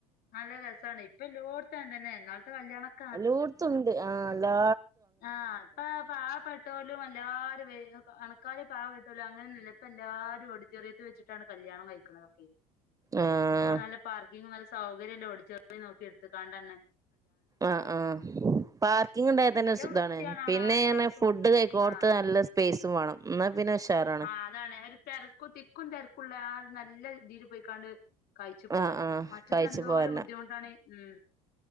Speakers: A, on the left; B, on the right.
A: നല്ല രസാണ് ഇപ്പൊ എല്ലാടുത്തും അങ്ങനെതന്നെ ഇന്നാളത്തെ കല്യാണക്കെ
B: എല്ലാടുത്തും ഇണ്ട് ആഹ് എല്ലാ
A: ആഹ് ഇപ്പ പാവപ്പെട്ടോലും എല്ലാരും വലി പണക്കാർ പാവപ്പെ അങ്ങന്നുല്ല ഇപ്പ എല്ലാരും ഓഡിറ്റോറിയത്തിൽ വെച്ചിട്ട് ട്ടാണ് കല്യാണം കഴിക്കുന്നതെക്കെ
B: ആഹ്
A: അത് നല്ല പ <unintelligible> തന്നെ സൗകര്യമുള്ള ഓഡിറ്റോറിയം നോക്കി എടുത്ക്കാണ്ട് തന്നെ
B: ആഹ് ആഹ് പാർക്കിങ് ഉണ്ടായ തന്നെ
A: നല്ല
B: ഇതാണ്
A: വൃത്തിയാണാണാ
B: പിന്നെ
A: എല്ലാർക്കും
B: ഫുഡ് കഴിക്കുന്നടുത്ത്
A: ആഹ്
B: നല്ല സ്പേസും വേണം എന്നാൽ പിന്നെ ഉഷാറണ്
A: ആഹ് അതാണ് ഒരു തെരക്കും തിക്കും തിരക്കുള്ള അത് നല്ല രീതിയിൽ പോയിക്കാണ്ട് കഴിച്ചു പോരാ
B: ആഹ് ആഹ്
A: മറ്റത്
B: കഴിച്ചു
A: എന്തോര
B: പോരന്ന
A: ബുദ്ധിമുട്ടാണ് ഉം